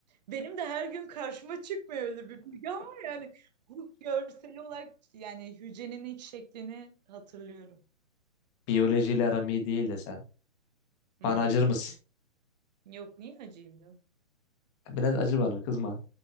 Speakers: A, on the right (about 35°); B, on the left (about 20°).
A: benim de her gün karşıma çıkmıyor öyle bir bilgi ama yani huk görseli olarak yani hücrenin iç şeklini hatırlıyorum.
B: biyolojiyle aram iyi değil desem.
A: Hmm.
B: Bana acır mısın?
A: Yok niye hacıyım diyor.
B: Biraz acı bana kızma.